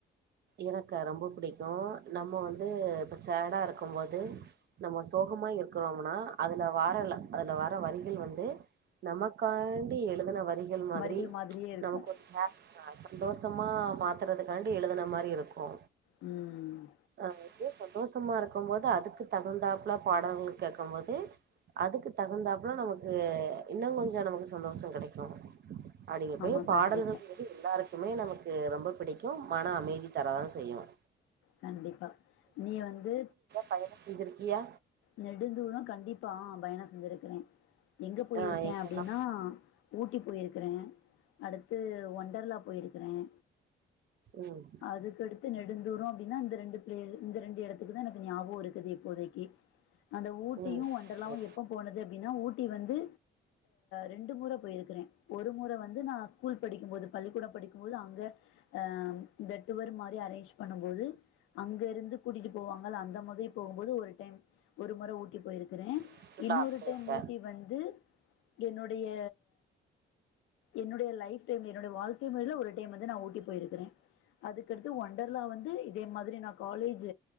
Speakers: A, on the right (about 55°); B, on the left (about 85°).
A: எனக்கு ரொம்ப பிடிக்கு நம்ம வந்து இப்ப சேடா இருக்கும் போது நம்ம சோகமா இருக்கிறோம்னா அதுல வார அதுல வர வரிகள் வந்து நமக்காண்டி எழுதுன வரி கள் மாதிரி
B: வரிகள் மாதிரியே இருக்கும்
A: நமக்கு ஒரு ஹாப்பியா சந்தோஷமா மாத்துறதுக்காண்டி எழுதன மாதி ரி இருக்கு
B: ம்
A: அ இதே சந்தோஷமா இருக்கும்போது அதுக்கு தகுந்தாப்போல பாடல்கள் கேக்கும்போது அதுக்கு தகுந்தாப்போல நமக்கு இன்னு கொஞ்ச நமக்கு சந்தோஷம் கெடைக்கு அப்படிங்க
B: ஆமா,
A: போய் பாடல்கள்
B: கண்டிப்பா,
A: எல்லாருக்குமே நமக்கு ரொம்ப பிடிக்கும் மன அமைதி தர தான் செய்யும்
B: கண்டிப்பா நீங்க வந்து
A: பையனோ செஞ்சிருக்கியா
B: நெடுதூரோ கண்டிப்பா ம் பயணோ செஞ்சிருக்கேன் எங்க போயிருக்கேன்
A: ஆ எங்கெல்லா
B: அப்டின்னா ஊட்டி போயிருக்றேன் அடுத்து ஒண்டர்லா போயிருக்றேன்
A: ம்
B: அதுக்கடுத்து நெ ந்தூரம் அப்டின்னா இந்த ரெண்டு இந்த ரெண்டு எடத்துக்கு தான் எனக்கு ஞாபகம் இருக்குது இப்போதைக்கு அந்த ஊட்டியும்
A: ம்
B: ஒன்றர்லாவும்
A: சரி
B: எப்ப போனது அப்டின்னா ஊட்டி வந்து ரெண்டு முற போயிருக்றேன் ஒரு முறை வந்து நான் ஸ்கூல் படிக்கும்போது பள்ளிக்கூடம் படிக்கும்போது அங்க அ இந்த ட்டுவர் மாதிரி அரேஞ்ச் பண்ணும்போது அங்கிருந்து கூட்டிட்டு போவாங்கல அந்த மாதிரி போகும்போது ஒரு டைம் ஒரு முறை ஊட்டி போயிருக்றேன்
A: சுற்றுலா
B: இன்னொரு
A: போயிருக்க
B: டைம் ஊட்டி வந்து என்னோடைய என்னோடைய லைப் டைம்ல என்னோடைய வாழ்க்கை முயல ஒரு டைம் வந்து நான் ஊட்டி போயிருக்றேன் அதுக்கடுத்து ஒண்டர்லா வந்து இதே மாதிரி நான் காலேஜ்